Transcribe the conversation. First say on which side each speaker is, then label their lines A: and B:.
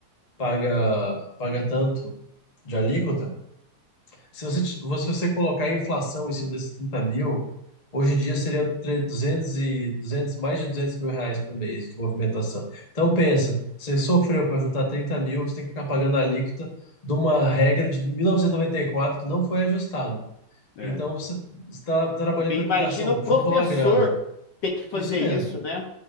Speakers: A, on the left (about 25°); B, on the left (about 60°).
A: paga, paga tanto de alíquota, se você, ti- se você colocar a inflação em cima desses 30 mil, hoje em dia seria tre- 200 e, 200 mais de 200 mil reais por mês de movimentação. Então pensa, você sofreu para juntar 30 mil, você tem que ficar pagando a alíquota de uma regra de mil novecentos e e noventa e quatro que não foi ajustada.
B: É.
A: Então você está trabalhando
B: E
A: com educação,
B: Imagina o professor
A: juntou uma grana.
B: ter que fazer
A: Isso mesmo.
B: isso, né?